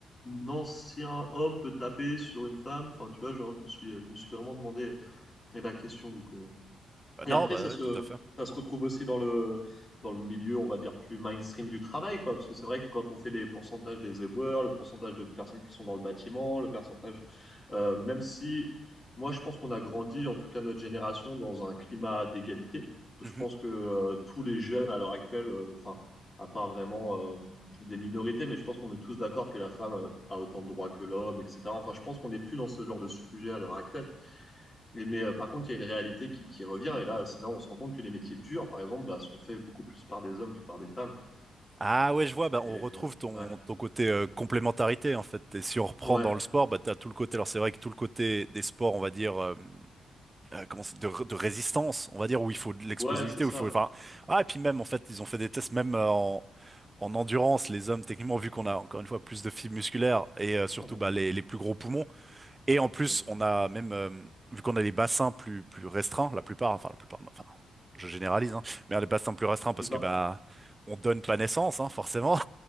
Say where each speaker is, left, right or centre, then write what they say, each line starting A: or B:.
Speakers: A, on the left (about 30°); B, on the right (about 25°).
A: ancien homme peut taper sur une femme. Enfin, tu vois, genre, je me suis, je me suis vraiment demandé la question du coup. ouais.
B: Euh,
A: Et
B: Non,
A: après,
B: bah
A: ça
B: ouais,
A: se,
B: tout à fait.
A: ça se retrouve aussi dans le, dans le milieu, on va dire, plus mainstream du travail, quoi. Parce que c'est vrai que quand on fait les pourcentages des éboueurs, le pourcentage de personnes qui sont dans le bâtiment, le pourcentage, euh, même si moi, je pense qu'on a grandi, en tout cas notre génération, dans un climat d'égalité.
B: Mhm.
A: Je pense que euh, tous les jeunes à l'heure actuelle, euh, enfin, à part vraiment euh, des minorités, mais je pense qu'on est tous d'accord que la femme a, a autant de droits que l'homme, etc. Enfin, je pense qu'on n'est plus dans ce genre de sujet à l'heure actuelle. Et mais euh, par contre, il y a une réalité qui, qui revient, et là, c'est là où on se rend compte que les métiers durs, par exemple, bah, sont faits beaucoup plus par des hommes que par des femmes.
B: Ah ouais, je vois, bah,
A: Et,
B: on retrouve ton,
A: ouais,
B: ton côté euh, complémentarité en fait. Et si on reprend
A: ouais,
B: dans le sport, bah t'as tout le côté. Alors c'est vrai que tout le côté des sports, on va dire, euh, euh, comment c'est, de, de résistance, on va dire, où il faut de l'explosivité,
A: ouais, c'est ça.
B: où il faut. Enfin, ah et puis même en fait, ils ont fait des tests même euh, en, en endurance, les hommes techniquement vu qu'on a encore une fois plus de fibres musculaires et
A: Bien
B: euh, surtout
A: sûr, bien
B: bah
A: sûr,
B: les, les plus gros poumons. Et en plus,
A: bien sûr.
B: on a même, euh, vu qu'on a des bassins plus, plus restreints, la plupart, enfin la plupart, non, enfin je généralise, hein, mais on a des bassins plus restreints parce
A: C'est ça.
B: que bah on donne pas naissance, hein, forcément.